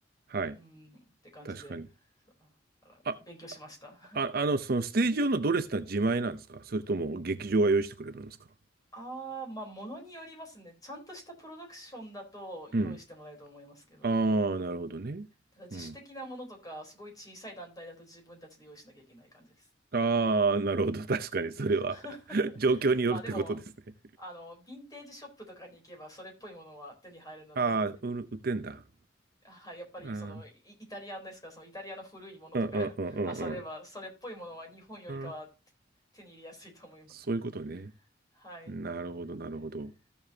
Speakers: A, on the right (about 55°); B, on the left (about 20°).
A: はい。
B: うん、って感じで、
A: 確かに。
B: そうだから勉強しました。
A: あ、あ、
B: <laughs>
A: あの、そのステージ用のドレスってのは自前なんですかそれとも劇場が用意してくれるんですか
B: ああ、まあ、ものによりますね。ちゃんとしたプロダクションだと用意してもらえると思いますけど、
A: うん。ああ、なるほどね。
B: だから自主的なものとか、
A: うん。
B: すごい小さい団体だと自分たちで用意しなきゃいけない感じです。
A: ああ、なるほど。確かに、それは
B: <laughs>
A: <laughs> 状況によるってことですね。
B: まあでも、あの、ヴィンテージショップとかに行けばそれっぽいものは手に入るので、
A: ああ、売る売ってんだ。
B: <laughs> はい、やっぱりそのイ、
A: うん。
B: イタリアンですから、そのイタリアの古いものとか
A: うんうんうんうん
B: <laughs> 漁れば、それっぽいものは日本よりかは手手に入れやすいと思います。
A: ああ、そういうことね。
B: はい。
A: なるほど、なるほど。
B: ね